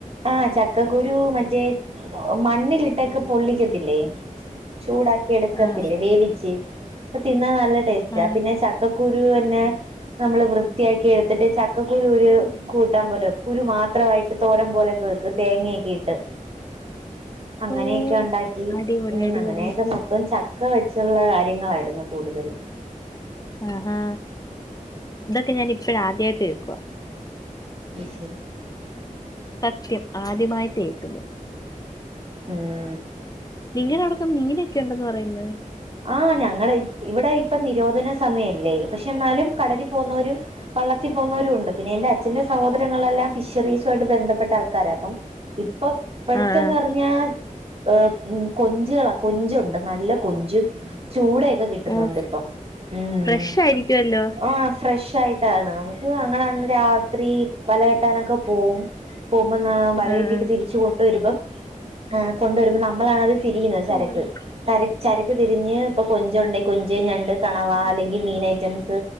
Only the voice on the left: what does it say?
ആഹ്
ആഹ് ആഹ്
ഓഹ്
അടിപൊളി
അടിപൊളി
ആഹാ ഇതൊക്കെ ഞാനിപ്പഴ ആദ്യായിട്ട് കേക്കുവാ
സത്യം ആദ്യമായിട്ട് കേക്കുന്നു
നിങ്ങടെ അവിടൊക്കെ മീനൊക്കെ ഉണ്ടന്ന് പറയുന്നു
ആഹ് ആഹ്
ഓഹ്
ഫ്രഷ് ആയിരിക്കുവല്ലോ
ആഹ്
ആഹ്
ഇവിടെ